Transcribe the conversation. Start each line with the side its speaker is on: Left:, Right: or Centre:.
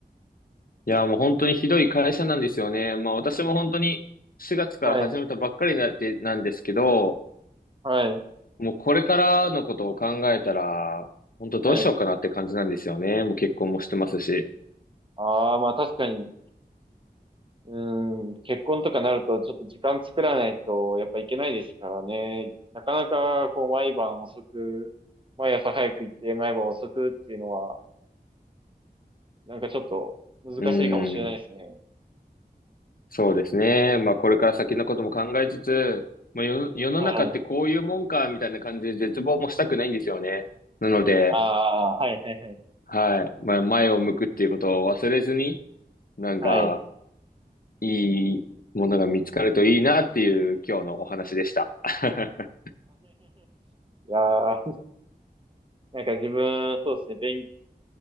Left: いや、もう本当にひどい会社なんですよね。まあ私も本当に4月から始めたばっかりなで、
Right: はい、
Left: なんですけど、
Right: はい、
Left: もうこれからのことを考えたら、本当どうしようかなって感じなんですよね。
Right: はい。
Left: もう結婚もしてますし。
Right: ああ、まあ確かに、うーん、結婚とかなるとちょっと時間作らないとやっぱいけないですからね。なかなかこう毎晩遅く、毎朝早く行って毎晩遅くっていうのは、なんかちょっと難しいかもしれないですね。
Left: うん。そうですね。まあ、これから先のことも考えつつ、まあ、世、世の中ってこういうもんか、
Right: はい。
Left: みたいな感じで絶望もしたくないんですよね。なので、
Right: ああ、はい、はい、はい。
Left: はい。まあ、前を向くっていうことを忘れずに、なんか、
Right: はい。<laughs>
Left: いいものが見つかるといいなっていう今日のお話でした。<laughs>
Right: いやー、なんか自分、そうですね、勉